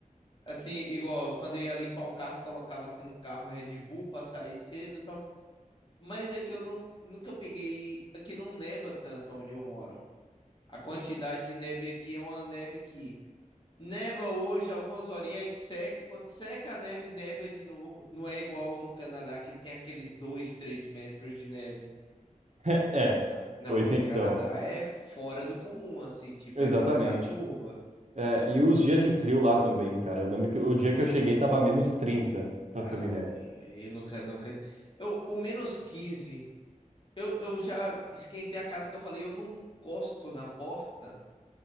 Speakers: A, on the left; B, on the right.
A: Assim, igual quando eu ia limpar o carro, colocava assim no carro Red Bull pra sair cedo e tal. Mas é que eu não, nunca peguei. Aqui não neva tanto onde eu moro. A quantidade de neve aqui é uma neve que Neva hoje, algumas horinhas seca. Quando seca a neve, neva de novo. Não é igual no Canadá, que tem aqueles 2, 3 metros de neve.
B: <laughs> É,
A: tá? Não,
B: pois
A: o
B: então.
A: Canadá é fora do comum, assim, tipo,
B: Exatamente.
A: é fora da curva.
B: É, e os dias de frio lá também, cara. Eu lembro que o dia que eu cheguei tava menos trinta. pra
A: Ah,
B: ter
A: não,
B: uma ideia.
A: aí, aí eu nunca, nunca. Eu, o menos 15, eu, eu já esquentei a casa que eu falei, eu não encosto na porta